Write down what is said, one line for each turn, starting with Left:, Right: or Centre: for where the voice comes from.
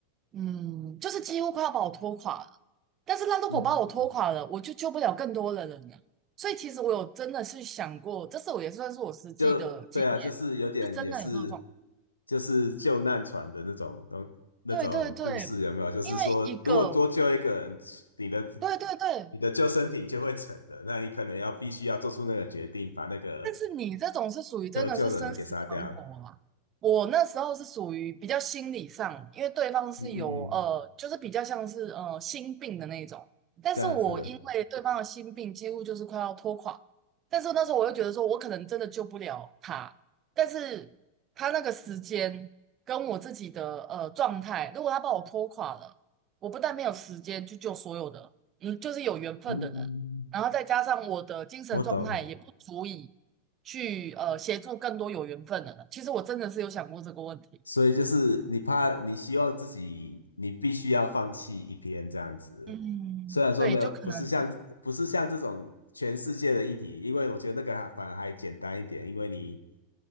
Right: 嗯，就是几乎快要把我拖垮了。但是他如果把我拖垮了，
Left: 嗯。
Right: 我就救不了更多的人了。所以其实我有真的是想过，这是我也算是我实际的经验，
Left: 就对啊，就是有点也是
Right: 是真的有这个状况
Left: 就是救难船的那种东那种故事，
Right: 对对对，
Left: 有没有？就是说，
Right: 因为一个，
Left: 如果多救一个人，你的
Right: 对对对，
Left: 你的救生艇就会沉了，那你可能要必须要做出那个决定，把那个
Right: 但是你这种是属于真的是生死存活啊。
Left: 求救的人给杀掉。
Right: 我那时候是属于比较心理上，因为对方是有呃，
Left: 嗯嗯嗯，
Right: 就是比较像是呃心病的那种，但是我因为对方的心病几乎就是快要拖垮，
Left: 这样子，
Right: 但是那时候我又觉得说我可能真的救不了他，但是他那个时间跟我自己的呃状态，如果他把我拖垮了，我不但没有时间去救所有的，嗯，就是有缘分的人，
Left: 嗯，嗯嗯
Right: 然后再加上我的精神状态也不足以。
Left: 我懂。
Right: 去呃协助更多有缘分的人。其实我真的是有想过这个问题，
Left: 所以就是你怕，你希望自己，你必须要放弃一篇这样子。
Right: 嗯，
Left: 虽然说没有，
Right: 对，就可能，
Left: 不是像不是像这种全世界的议题，因为我觉得那个还反而还简单一点，因为你